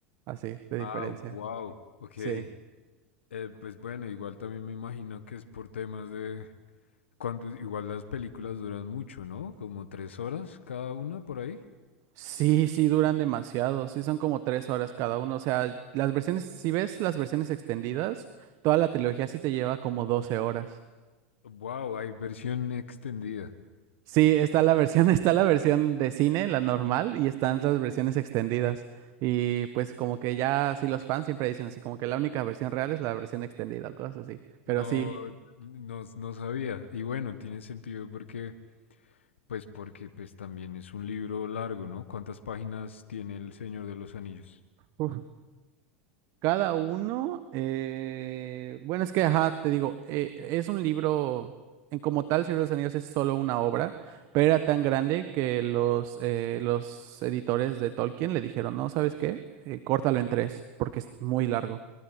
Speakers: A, on the right (about 55°); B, on the left (about 90°).
A: así, de diferencia.
B: Ah, wow, ok.
A: Sí.
B: Eh, pues bueno, igual también me imagino que es por temas de... Cuando, igual las películas duran mucho, ¿no? Como tres horas cada una por ahí.
A: Sí, sí, duran demasiado, sí son como tres horas cada uno, o sea, las versiones, si ves las versiones extendidas, toda la trilogía sí te lleva como 12 horas.
B: Wow, hay versión extendida.
A: Sí, está la versión, <laughs> está la versión de cine, la normal, y están las versiones extendidas. Y pues como que ya, sí, los fans siempre dicen así, como que la única versión real es la versión extendida o cosas así. Pero
B: No,
A: sí,
B: no, no sabía. Y bueno, tiene sentido porque... Pues porque pues también es un libro largo, ¿no? ¿Cuántas páginas tiene El Señor de los Anillos?
A: uf, Cada uno, eh, bueno, es que, ajá, te digo, eh, es un libro, en como tal, Señor de los Anillos es solo una obra, pero era tan grande que los, eh, los editores de Tolkien le dijeron, no, ¿sabes qué? Eh, córtalo en tres, porque es muy largo.